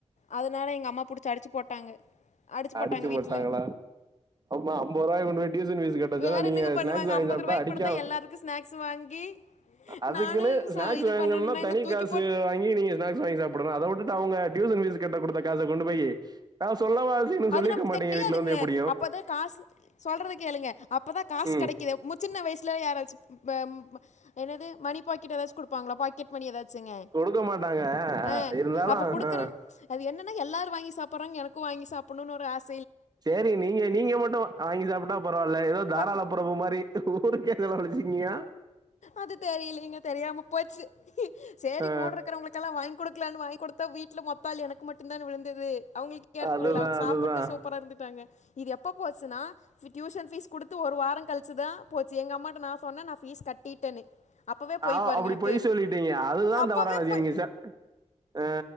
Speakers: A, on the left; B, on the right.
A: அதனால எங்க அம்மா புடிச்சி அடிச்சி போட்டாங்க அடிச்சு
B: அடிச்சி
A: போட்டாங்க
B: போட்டாங்களா
A: வீட்டில்
B: ஆமா அம்போது ரூவாய கொண்டு போய் டியூசன் ஃபீஸ் கட்ட
A: வேறு
B: சொன்னா நீங்க
A: என்னங்க பண்ணுவாங்க
B: ஸ்நாக்ஸ் வாங்கி
A: ஐம்பது
B: சாப்டா
A: ரூபாய்க்கு
B: அடிக்காமே
A: கொடுத்தா எல்லாருக்கும் ஸ்நாக்ஸ் வாங்கி
B: அதுக்குன்னு
A: நானும்
B: ஸ்நாக்ஸ்
A: ச இது
B: வாங்கணுனா
A: பண்ணணுன்னா
B: தனி
A: என்னை தூக்கி
B: காசு
A: போட்டு
B: வாங்கி நீங்க ஸ்நாக்ஸ் வாங்கி சாப்பிடணு அத வுட்டுட்டு அவுங்க டியூசன் ஃபீஸ் கட்ட குடுத்த காச கொண்டு போயி அ சொல்லவா செய்யணு சொல்லிருக்க
A: அது நமக்கு
B: மாட்டீங்க
A: தெரியாதுங்களே
B: வீட்ல வந்து எப்டியு
A: அப்பதா காசு சொல்றது கேளுங்க அப்பதா காசு
B: ம்
A: கெடைக்கு எ முத் சின்ன வயசுல யாராச்சு ப ம் ம என்னது மணி பாக்கெட் ஏதாச்சு குடுப்பாங்களா பாக் கெட் மணி ஏதாச்சுங்க
B: குடுக்க மாட்டாங்க
A: அ
B: இருந்தாலு
A: அப்ப குடுக்குறே
B: ஆ
A: அது என்னன்னா எல்லாரு வாங்கி சாப்பிடுறாங்க எனக்கு வாங்கி சாப்பிணுனு ஒரு ஆ ஸ்
B: செரி நீங்க நீங்க மட்டு வாங்கி சாப்டா பரவால்ல எதோ தாராள
A: ப
B: பிரபு மாரி ஊருக்கே செலவலிச்சிக்கிங்யா
A: அது தெரியலீங்க தெரியாம போச்சு செரி
B: ஆ
A: கூட இருக்குறவங்கக்கெல்லா வாங்கி குடுக்கலானு வாங்கி குடு த்த வீட்ல மொத்தாள் எனக்கு மட்டு தான விழுந்தது அவுங்களுக்கு யாருக்கு
B: அதுதா
A: விழுகல அவுங்க சாப்பிட்டு
B: அதுதா
A: சூப்பரா இருந்துட்டாங்க இது எப்ப போச்சுனா ஃபி டியூஷன் ஃபீஸ் குடுத்து ஒரு வாரோ கழிச்சி தா போச்சு எங்க அம்மாட்ட நா சொன்னே நா ஃபீஸ் கட்டிட்டேன்னு அப்பவே போய்
B: ஆவ்
A: பாருங்க
B: அப்டி
A: எனக்கு.
B: பொய் சொல்லிட்டீங்க அதுதா
A: அப்பவே
B: தவறானது
A: போய்
B: நீங்க ச அ